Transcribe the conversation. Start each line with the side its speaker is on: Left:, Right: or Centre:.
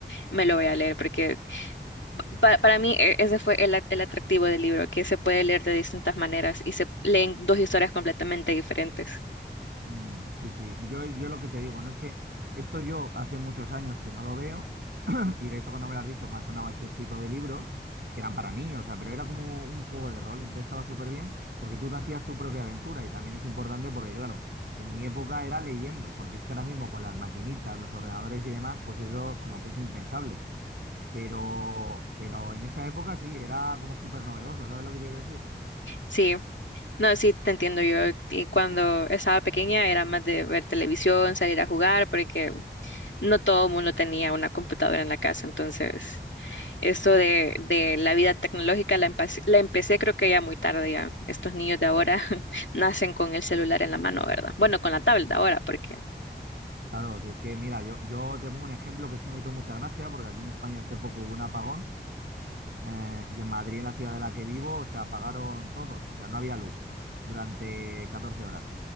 Left: me lo voy a leer porque Pa- para mí e- ese fue el, a- el atractivo del libro, que se puede leer de distintas maneras y se leen dos historias completamente diferentes.
Right: Mm, sí, sí. Yo, yo lo que te digo, no es que esto yo hace muchos años que no lo veo, <clears throat> y de hecho cuando me lo has dicho me ha sonado ese tipo de libros que eran para niños, o sea, pero era como un juego de rol, entonces estaba súper bien porque tú te hacías tu propia aventura y también es importante porque, claro, en mi época era leyendo, porque es que ahora mismo con las maquinitas, los ordenadores y demás, pues eso como que es impensable, pero, pero en esa época sí, era como súper novedoso, ¿sabes lo que quiero decir?
Left: Sí, no, sí, te entiendo yo. Y cuando estaba pequeña era más de ver televisión, salir a jugar, porque no todo el mundo tenía una computadora en la casa. Entonces, eso de, de la vida tecnológica la, empa- la empecé creo que ya muy tarde ya. Estos niños de ahora <laughs> nacen con el celular en la mano, ¿verdad? Bueno, con la tablet ahora, porque...
Right: Claro, si es que, mira, yo, yo te pongo un ejemplo que es que me hizo mucha gracia, porque aquí en España hace poco hubo un apagón eh, y en Madrid, en la ciudad de la que vivo, se apagaron todos, o sea, no había luz durante 14 horas.